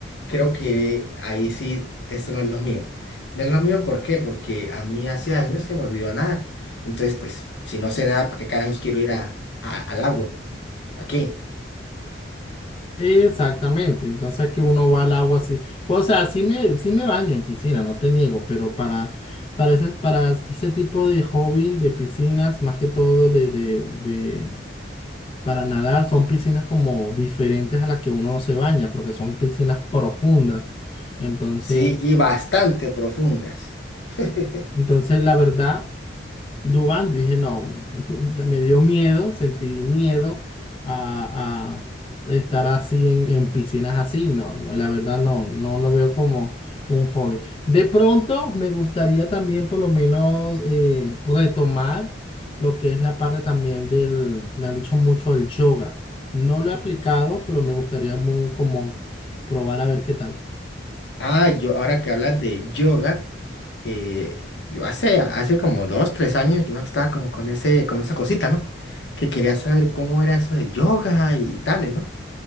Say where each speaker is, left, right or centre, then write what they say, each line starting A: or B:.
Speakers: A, on the left (about 70°); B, on the left (about 30°).
A: creo que ahí sí, esto no es lo mío. No es lo mío, ¿por qué? Porque a mí hace años se me olvidó nadar. Entonces, pues, si no sé nada, ¿para qué carajos quiero ir a, a- al agua? ¿Para qué?
B: Exactamente, entonces aquí uno va al agua así, pues, o sea, sí me, sí me baño en piscina, no te niego, pero para, para ese, para ese tipo de hobby de piscinas, más que todo de, de, de, para nadar, son piscinas como diferentes a las que uno se baña, porque son piscinas profundas, entonces,
A: Sí, y bastante profundas. <laughs>
B: entonces la verdad. Dubán, dije, no, <laughs> me dio miedo, sentí miedo a, a estar así en, en piscinas así, no, no, la verdad no, no lo veo como un hobby. De pronto me gustaría también por lo menos eh, retomar lo que es la parte también del, me han dicho mucho el yoga. No lo he aplicado, pero me gustaría mu- como probar a ver qué tal.
A: Ah, yo, ahora que hablas de yoga, eh, yo hace, hace como dos, tres años yo estaba como con ese, con esa cosita, ¿no? Que quería saber cómo era eso del yoga y, tales, ¿no?